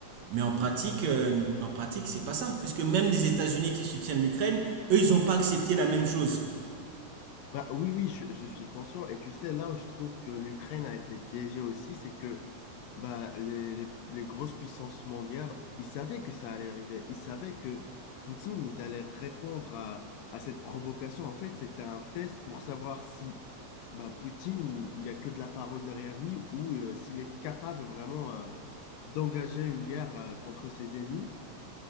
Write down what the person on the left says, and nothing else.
Bah, oui, oui, je, je suis conscient. Et tu sais, là où je trouve que l'Ukraine a été piégée aussi, c'est que Bah, les, les- les grosses puissances mondiales, ils savaient que ça allait arriver. Ils savaient que Poutine, ils allaient répondre à, à cette provocation. En fait, c'était un test pour savoir si bah, Poutine, il n'y a que de la parole derrière lui ou euh, s'il est capable vraiment euh, d'engager une guerre euh, contre ses ennemis.